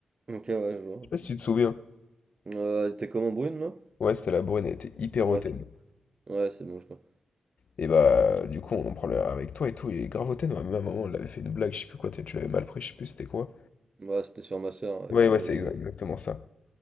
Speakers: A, on the right; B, on the left.
A: Ok, ouais, je vois.
B: Je sais pas si tu te souviens.
A: Euh, t'es comment brune, là?
B: Ouais, c'était la brune, elle était hyper
A: Ouais,
B: hautaine.
A: ok. Ouais, c'est bon, je vois.
B: Et bah du coup on prend le avec toi et tout, il est grave hautaine, ouais, même à un moment on l'avait fait une blague, je sais plus quoi, tu sais, tu l'avais mal pris, je sais plus c'était quoi.
A: Ouais, c'était sur ma soeur, elle
B: Ouais
A: fait une
B: ouais
A: blague.
B: c'est
A: euh,
B: exa- exactement ça.